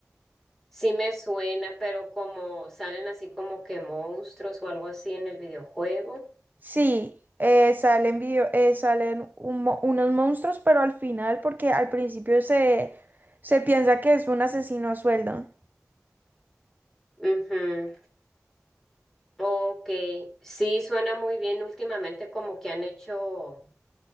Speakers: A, in the centre; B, on the right.
A: Sí me suena, pero como salen así como que monstruos o algo así en el videojuego.
B: Sí, eh, salen video, eh, salen un mo- unos monstruos, pero al final, porque al principio se, se piensa que es un asesino a sueldo.
A: Ujú. Ok, sí suena muy bien. Últimamente como que han hecho,